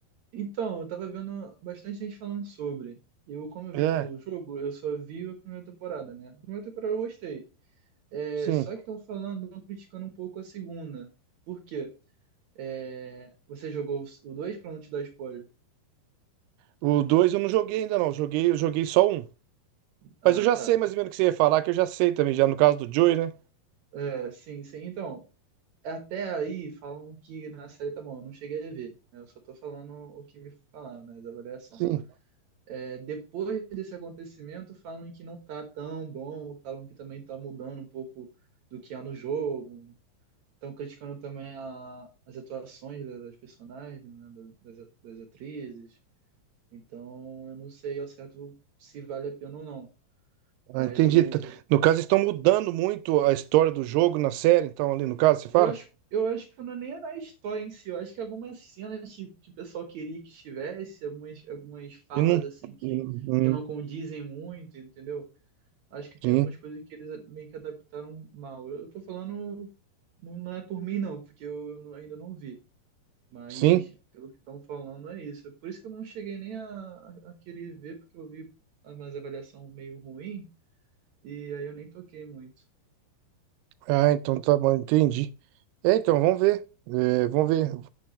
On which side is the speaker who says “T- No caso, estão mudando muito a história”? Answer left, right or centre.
Right